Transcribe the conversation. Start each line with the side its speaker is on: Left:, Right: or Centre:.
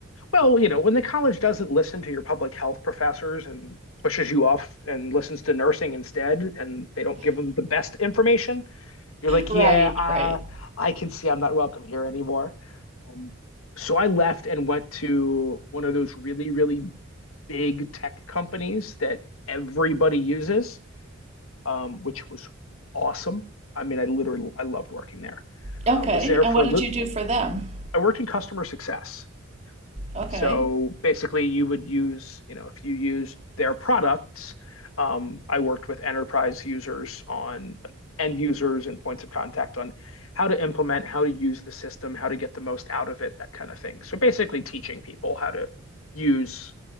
Left: Well, you know, when the college doesn't listen to your public health professors and pushes you off and listens to nursing instead, and they don't give them the best information, you're like,
Right: Right,
Left: yeah, uh,
Right: right.
Left: I can see I'm not welcome here anymore. Um, so I left and went to one of those really, really big tech companies that everybody uses. um, which was awesome. I mean, I literally I loved working there.
Right: Okay.
Left: Um, was there
Right: And
Left: for
Right: what
Left: a
Right: did
Left: little.
Right: you do for them?
Left: I worked in customer success.
Right: Okay.
Left: So basically, you would use, you know, if you used their products, um, I worked with enterprise users on like end users and points of contact on how to implement, how to use the system, how to get the most out of it, that kind of thing. So basically, teaching people how to use,